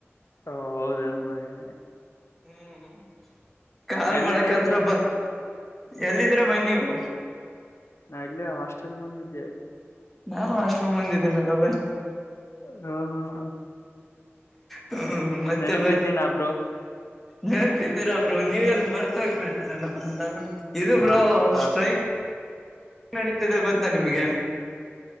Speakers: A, on the left (about 70°); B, in the centre.
A: ಹ ಹೌದ ಅನು ಬಯಿ
B: ಹ್ಮ್ ಕಾಲ್
A: ಎಲ್ಲಿದ್ದೀರಾ
B: ಮಾಡಕಂತ್ರ
A: ಬೈ
B: ಬ ಎಲ್ಲಿದ್ರ ಬಾಯ ನೀವು
A: ನಾ ಎಲ್ಲೇ ಹಾಸ್ಟೆಲ್ ಮುಂದಿದ್ದೆ
B: ನಾನು ಹಾಸ್ಟಲ್ಮ್ ಮುಂದಿದ್ದೇನೆಲ್ಲ ಬೈ
A: ಹ್ಮ್ ಹ್ಮ್ ಹ್ಮ್
B: ಹ್ಮ ಮತ್ತೆ
A: ನೆನಪಿದ್ದೀನಾ
B: ಬೈ
A: ಬ್ರೋ
B: ನೆನಪಿದ್ದೀರಾ ಬ್ರೋ ನೀವೆಲ್ಲಿ ಮರ್ತ ಹೋಗ್ಬಡ್ತೀರಾ ನಮ್ಮ ಇದು
A: ಹಾ
B: ಬ್ರೋ
A: ಹಾ
B: ಸ್ಟ್ರೈಕ್ ನಡೀತಿದೆ ಗೊತ್ತಾ ನಿಮಗೆ